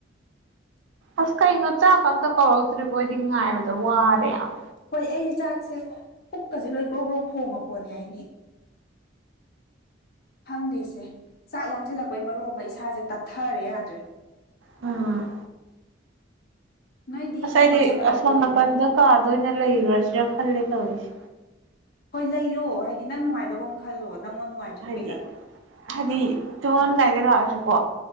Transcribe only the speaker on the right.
ꯑꯁ ꯀꯩꯅꯣ ꯆꯥꯛꯀ ꯑꯝꯇ ꯀꯧꯔꯛꯇ꯭ꯔꯤꯕꯣ ꯑꯩꯗꯤ ꯉꯥꯏꯕꯗ ꯋꯥꯔꯦ ꯌꯥꯝ
ꯑ
ꯑꯁ
ꯑꯩꯗꯤ
ꯑꯁꯣꯝꯅꯀꯟꯗ
ꯀꯥꯗ ꯑꯣꯏꯅ ꯂꯩꯔꯨꯔꯁꯤꯔ ꯈꯜꯂꯦ ꯇꯧꯔꯤꯖꯦ
ꯍꯥꯏꯗꯤ
ꯍꯥꯏꯗꯤ ꯇꯨꯃꯝꯗꯥꯏꯗ ꯂꯥꯛꯑꯖꯨꯀꯣ